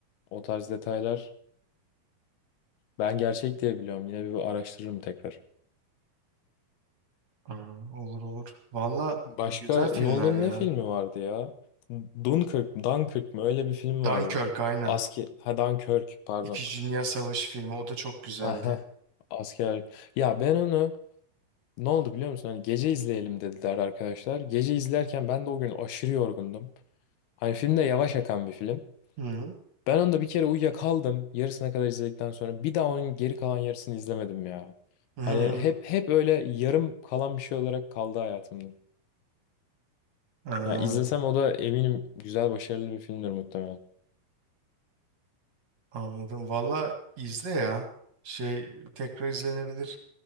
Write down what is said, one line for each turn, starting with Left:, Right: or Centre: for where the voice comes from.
Left: o tarz detaylar ben gerçek diye biliyorum. Yine bir araştırırım tekrar.
Right: Aa, olur olur. Valla
Left: Başka
Right: güzel filmler
Left: Nolan'ın
Right: ya.
Left: ne filmi vardı ya? Dunkirk, mi, Dunkirk mı? Öyle bir film
Right: Dunkirk
Left: vardı.
Right: aynen.
Left: Asker, ha Dunkirk pardon.
Right: İkinci Dünya Savaşı filmi. O da çok
Left: <laughs>
Right: güzeldi.
Left: Aha, askerlik. Ya ben onu ne oldu biliyor musun? Hani gece izleyelim dediler arkadaşlar. Gece izlerken ben de o gün aşırı yorgundum. Hani film de yavaş akan bir film.
Right: Hı.
Left: Ben onda bir kere uyuyakaldım. Yarısına kadar izledikten sonra bir daha onun geri kalan yarısını izlemedim ya.
Right: Hı. hı.
Left: Hani hep hep öyle yarım kalan bir şey olarak kaldı hayatımda.
Right: Aa,
Left: Ya izlesem o da eminim güzel başarılı bir filmdir muhtemelen.
Right: anladım. Valla izle ya. Şey tekrar izlenebilir.